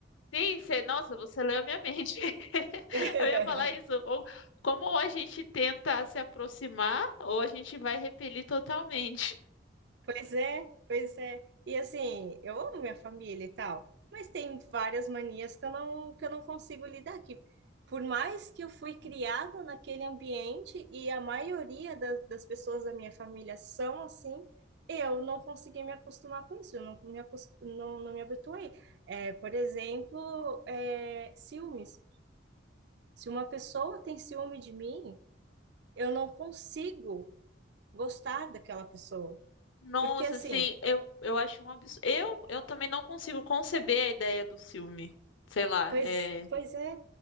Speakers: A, on the left; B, on the right.
A: Sim, você, nossa, você leu a minha mente. <laughs>
B: <laughs>
A: Eu ia falar isso. Ou como ou a gente tenta se aproximar, ou a gente vai repelir totalmente.
B: Pois é, pois é. E assim, eu amo minha família e tal, mas tem várias manias que eu não, que eu não consigo lidar aqui. Por mais que eu fui criada naquele ambiente e a maioria das, das pessoas da minha família são assim, eu não consegui me acostumar com isso, eu não me, acos- não, não me habituei. É, por exemplo, é, ciúmes. Se uma pessoa tem ciúme de mim, eu não consigo gostar daquela pessoa.
A: Nossa,
B: Porque assim.
A: assim, eu, eu acho um absurdo. Eu, eu também não consigo conceber a ideia do filme. Sei lá,
B: Pois,
A: é.
B: pois é.